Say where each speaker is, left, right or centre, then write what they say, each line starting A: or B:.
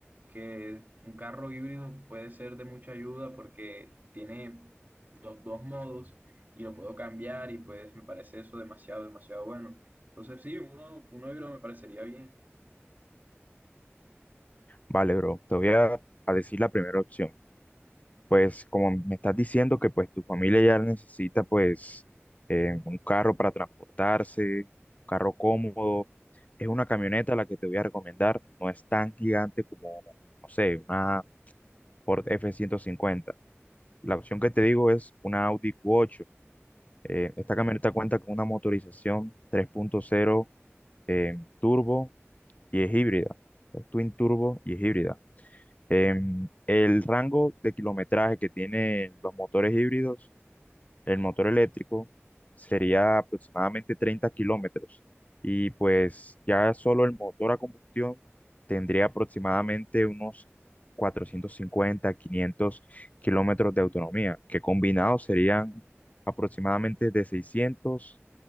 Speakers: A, on the right (about 40°); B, on the left (about 35°).
A: que un carro híbrido puede ser de mucha ayuda porque tiene dos, dos modos y lo puedo cambiar y pues me parece eso demasiado, demasiado bueno. Entonces, sí, uno, uno híbrido me parecería bien.
B: Vale, bro, te voy a, a decir la primera opción. Pues como me estás diciendo que pues tu familia ya necesita pues eh, un carro para transportarse, un carro cómodo, es una camioneta la que te voy a recomendar. No es tan gigante como, no sé, una Ford F-150 La opción que te digo es una Audi Q8. Eh, esta camioneta cuenta con una motorización 3.0 eh, turbo y es híbrida. Es twin turbo y es híbrida. Em, el rango de kilometraje que tienen los motores híbridos el motor eléctrico sería aproximadamente treinta kilómetros y pues ya solo el motor a combustión tendría aproximadamente unos 450, 500 kilómetros de autonomía, que combinados serían aproximadamente de 600